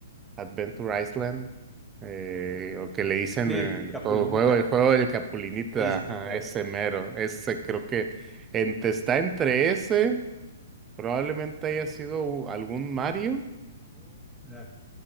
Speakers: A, on the right; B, in the centre.
A: Adventure Island, eh, o que le dicen
B: Sí,
A: el
B: el Capulinita.
A: juego, juego- el juego del Capulinita,
B: Sí, sí,
A: ajá,
B: sí, claro.
A: ese
B: sí,
A: mero,
B: sí, sí.
A: ese creo que entre- está entre ese, probablemente haya sido u- algún Mario,
B: Ya,